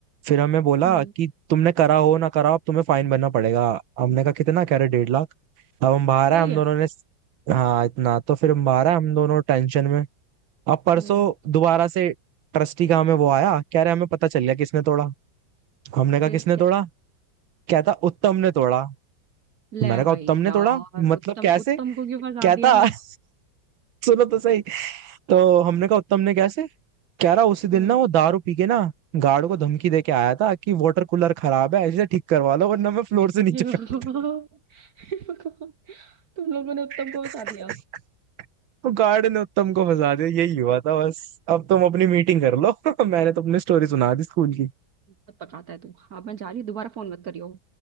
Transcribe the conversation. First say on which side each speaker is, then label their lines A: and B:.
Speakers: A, on the right (about 85°); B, on the right (about 55°).
A: फिर हमें बोला
B: हम्म
A: कि तुमने करा हो ना करा हो अब तुम्हें फाइन भरना पड़ेगा हमने कहा कितना कह रहे डेढ़ लाख अब हम बाहर
B: सही
A: आए हम
B: है
A: दोनों ने हाँ इतना तो फिर हम बाहर आए हम दोनों टेंशन में अब परसों
B: हम्म
A: दोबारा से ट्रस्टी का हमें वो आया कह रहे हमें पता चल गया किसने तोड़ा हमने कहा
B: फिर
A: किसने
B: क्या
A: तोड़ा कहता उत्तम ने तोड़ा
B: ले
A: मैंने कहा
B: भाई
A: उत्तम ने
B: यार
A: तोड़ा मतलब
B: उत्तम
A: कैसे
B: उत्तम को क्यों फंसा
A: कहता
B: दिया
A: <laughs> सुनो तो सही तो हमने कहा उत्तम ने कैसे कह रहा उसी दिन
B: हम्म
A: ना वो दारू पी के ना गार्ड को धमकी दे के आया था कि वाटर कूलर खराब है इसे ठीक करवा लो वरना मैं फ्लोर से नीचे
B: ये <laughs>
A: फेंक
B: भगवान हे भगवान, तुम लोगों ने उत्तम
A: <laughs>
B: को फंसा दिया
A: तो गार्ड ने उत्तम को फंसा दिया यही हुआ था बस अब तुम अपनी मीटिंग कर लो <laughs> मैंने तो अपनी स्टोरी सुना दी स्कूल की
B: बहुत पकाता है तू हाँ मैं जा रही हूँ, दोबारा फोन मत करियो